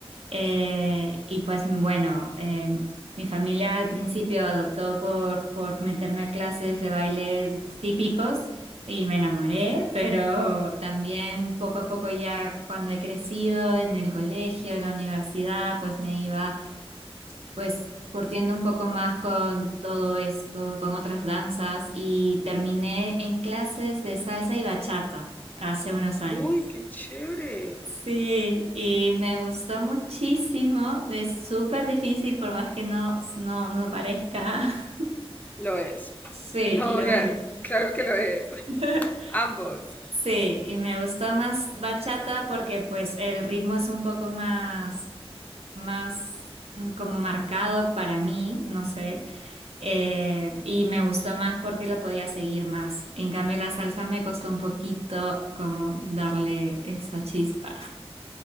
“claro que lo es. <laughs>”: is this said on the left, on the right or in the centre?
Left